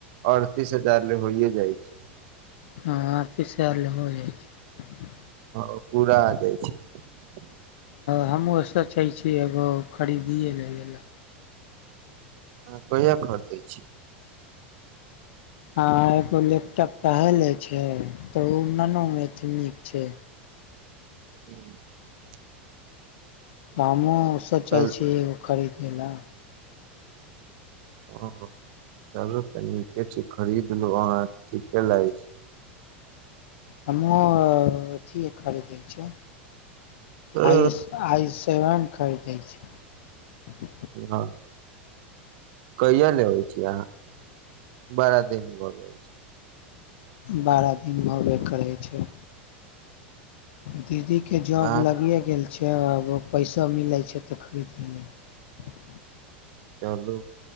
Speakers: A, on the right (about 65°); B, on the left (about 70°).
A: अड़तीस हजार ले होइए जाइ छैइ
B: हां अड़तीस हजार आर ले हो जा छैइ
A: हंअ् पूरा आ जाइ छैइ
B: हमहूँ सोचैइ छीअइ एगो खरीदिए लबेला
A: हां कहिया खरीदै छी
B: हं एगो लैपटॉप कहले छे तऽ ओ ननू मेथ नीक छै
A: ह्म <inaudible>
B: हामो सोचै
A: कल
B: छी एगो खरीदय ला
A: हँ चलू तऽ नीके छैइ खरीदलू अहाँ ठीके लहैछइ
B: हमू अथिए खरीद छैइ
A: छै
B: आइस आइस तै आम खरीदै छै
A: हँ कहिया लेबैइ छी अहाँ बारा दिन भ गेल छै
B: बारह दिनमे होबय करैय छै दीदी के जॉब
A: अहाँ
B: लगिेए गेल छै आब पैसो मिलैय छै तऽ खरीद लिय छ
A: चलू